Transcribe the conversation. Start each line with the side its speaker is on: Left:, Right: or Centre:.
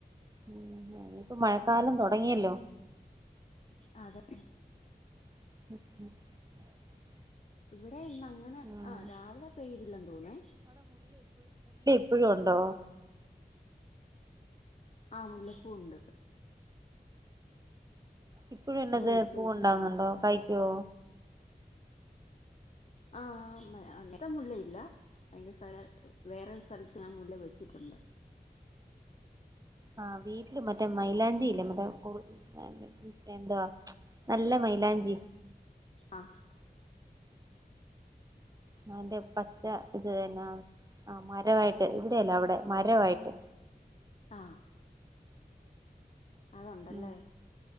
Right: ഉ ഇപ്പൊ മഴക്കാലം തുടങ്ങിയല്ലോ
Left: അതന്നെ
Right: <inaudible>
Left: ഇവി- അതെ ഇന്ന് അങ്ങനെ
Right: ഉം
Left: ആ രാവിലെ പെയ്തില്ലന്ന് ത
Right: ഇപ്പോഴും ഉണ്ടോ
Left: ആ മുല്ലപ്പൂവുണ്ട്
Right: ഇപ്പഴും ഇന്നത്
Left: എടുത്ത്
Right: പൂവ്
Left: വെച്ചിട്ടുണ്ട്
Right: ഉണ്ടാങ്ങുന്നുണ്ടോ കായ്ക്കോ
Left: ആ ആ അങ്ങനെ മുല്ലയി- ല്ല അതിന്റെ സ്ഥല വേറെ സ്ഥലത്ത് ഞാൻ മുല്ല വെച്ചിട്ടുണ്ട്
Right: ആ <inaudible> വീട്ടിലും മറ്റേ മൈലാഞ്ചില്ലേ മറ്റേ എന്തുവാ നല്ല മൈലാഞ്ചി
Left: ആ
Right: അതേ പച്ച് ഇത് തന്നെ ആ ആ മരമായിട്ട് ഇവിടെയല്ല അവിടെ മരമായിട്ട്
Left: ആഹാ അത് ഉണ്ടല്ലേ
Right: ഉം